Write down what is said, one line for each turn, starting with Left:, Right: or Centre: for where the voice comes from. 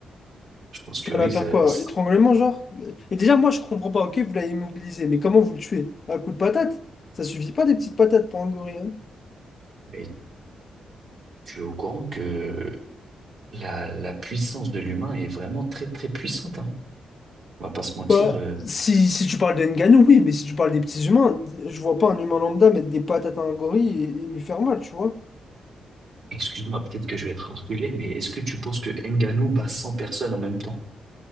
Right: je pense
Left: tu
Right: que
Left: vas
Right: oui,
Left: la
Right: ça,
Left: faire quoi?
Right: ça-
Left: Étranglement, genre? Et déjà, moi, je comprends pas. Ok, vous l'avez immobilisé, mais comment vous le tuez? Un coup de patate? Ça suffit pas des petites patates pour un gorille, hein
Right: mais Tu es au courant que la, la puissance de l'humain est vraiment très très puissante, hein. On va pas se mentir.
Left: Bah,
Right: euh,
Left: si, si tu parles de Ngannou, oui, mais si tu parles des petits humains, je vois pas un humain lambda mettre des patates à un gorille et, et lui faire mal, tu vois.
Right: excuse-moi, peut-être que je vais être orgueilleux, mais est-ce que tu penses que Ngannou bat 100 personnes en même temps?